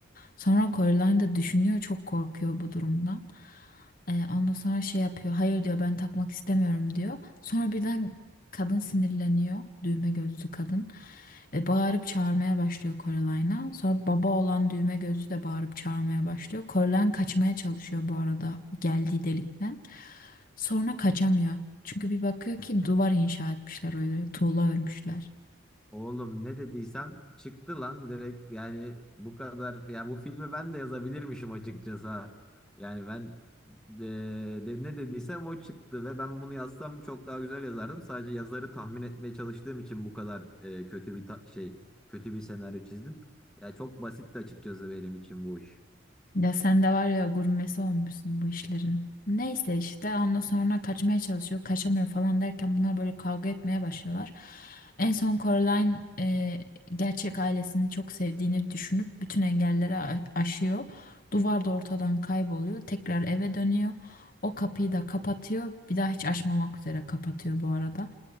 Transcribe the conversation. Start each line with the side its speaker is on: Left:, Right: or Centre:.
Left: Sonra Coraline de düşünüyor çok korkuyor bu durumdan. Ee, ondan sonra şey yapıyor. Hayır diyor ben takmak istemiyorum diyor. Sonra birden kadın sinirleniyor. Düğme gözlü kadın. Ve bağırıp çağırmaya başlıyor Coraline'a. Sonra baba olan düğme gözlü de bağırıp çağırmaya başlıyor. Coraline kaçmaya çalışıyor bu arada geldiği delikten. Sonra kaçamıyor. Çünkü bir bakıyor ki duvar inşa etmişler öyle tuğla örmüşler.
Centre: Oğlum ne dediysem çıktı lan direkt yani bu kadar ya bu filmi ben de yazabilirmişim açıkçası ha. Yani ben eee, de, ne dediysem o çıktı ve ben bunu yazsam çok daha güzel yazardım. Sadece yazarı tahmin etmeye çalıştığım için bu kadar eee, kötü bir ta- şey kötü bir senaryo çizdim. Ya çok basitti açıkçası benim için bu iş.
Left: Ya sen de var ya gurmesi olmuşsun bu işlerin. Neyse işte ondan sonra kaçmaya çalışıyor, kaçamıyor falan derken bunlar böyle kavga etmeye başlıyorlar. En son Coraline e, gerçek ailesini çok sevdiğini düşünüp bütün engelleri a- aşıyor. Duvar da ortadan kayboluyor. Tekrar eve dönüyor. O kapıyı da kapatıyor. Bir daha hiç açmamak üzere kapatıyor bu arada.